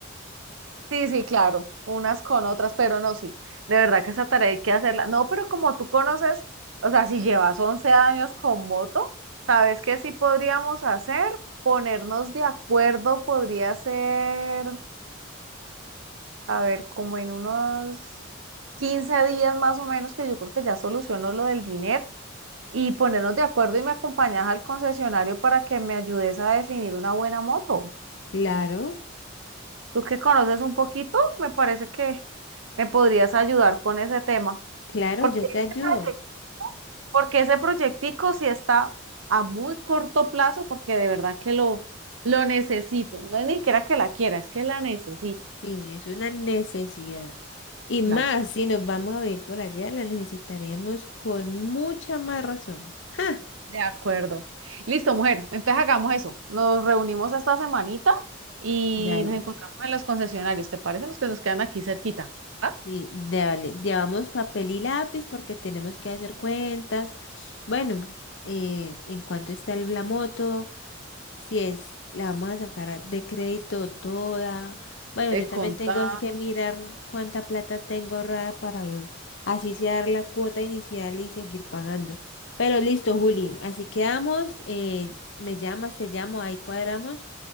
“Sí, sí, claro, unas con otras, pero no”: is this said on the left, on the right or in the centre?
Right